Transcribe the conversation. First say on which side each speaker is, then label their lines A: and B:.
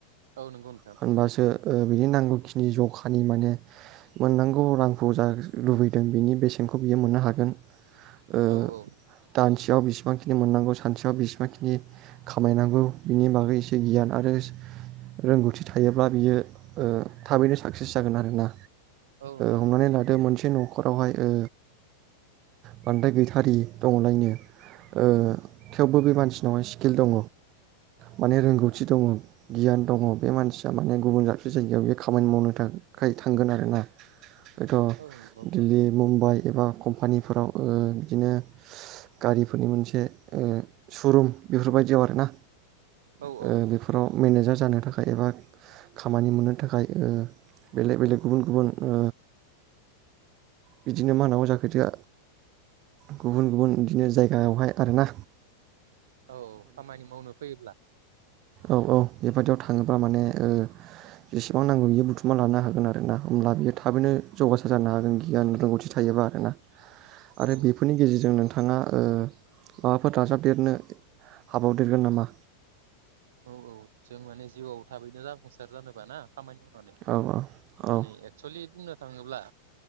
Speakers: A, on the right; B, on the right.
A: औ नंगौ नोंथां।
B: होनबासो बिनि नांगौखिनि जखानि माने मोननांगौ रांखौ जा लुबैदों बिनि बेसेनखौ बियो मोननो हागोन। ओ
A: औ औ
B: दा बेयाव बेसेबांखिनि मोननांगौ सानसेयाव बेसेबांखिनि खामायनांगौ बिनि बागै एसे गियान आरो रोंगौथि थायोब्ला बियो ओ थाबैनो साग साक्सेस जागोन आरोना
A: औ नोंथां
B: हमनानै लादो मोनसे न'खरावहाय ओ बांद्राय गैथारि दंलायनो ओ थेवबो बे मानसिनाव सकेल दङ माने रोंगौथि दङ गियान दङ बे मानसिया माने गुबुन दाबसे जायगायाव बे खामानि मावनो थाखाय थांगोन आरोना हयथ'
A: औ नंगौ नोंथां
B: दिल्ली मुम्बाइ एबा कम्पानिफोराव ओ बिदिनो ससस गारिफोरनि मोनसे ओ सुरुम बायदि आरो ना
A: औ
B: ओ
A: औ
B: बेफोराव मेनेजार जानो थाखाय एबा खामानि मोननो थाखाय ओ बेलेक बेलेक गुबुन गुबुन ओ बिदिनो मा होनांगौ जाखोदा गुबुन गुबुन बिदिनो जाय यावहाय आरोना
A: औ औ खामानि मावनो फैयोब्ला
B: औऔ बे बायदिआव थाङोबा माने ओ बेसेबां नांगौ बियो बुथुमा लानो हागोन आरो ना होनब्ला बियो थाबैनो जौगासार जानो हागोन गियान रोंगौथि थायोबा आरो ना आरो
A: औ
B: बेफोरनि गेजेरजों नोंथाङा ओ माबाफोर दाजाबदेरनो हाबावदेरगोन नामा
A: औ औ जों माने जिउआव थाबैनो जाफुंसार जानोबा ना खामानि मावनानै
B: औ औ
A: माने
B: औ
A: एक्सलि बुंनो थाङोब्ला